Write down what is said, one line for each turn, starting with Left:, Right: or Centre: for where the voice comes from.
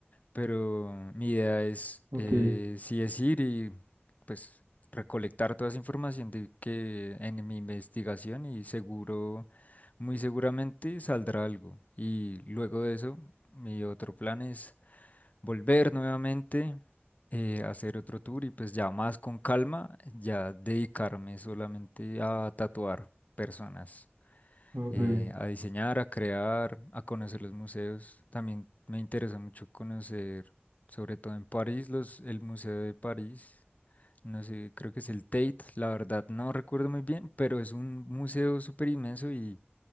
Left: pero mi idea es
Right: ok,
Left: eh, sí es ir y pues recolectar toda esa información de que en mi investigación y seguro, muy seguramente saldrá algo. Y luego de eso, mi otro plan es volver nuevamente, eh, hacer otro tour y pues ya más con calma, ya dedicarme solamente a tatuar personas
Right: oh,
Left: eh,
Right: re bien,
Left: a diseñar, a crear, a conocer los museos. También me interesa mucho conocer, sobre todo en París, los, el Museo de París. No sé, creo que es el Tate, la verdad no recuerdo muy bien, pero es un museo súper inmenso y,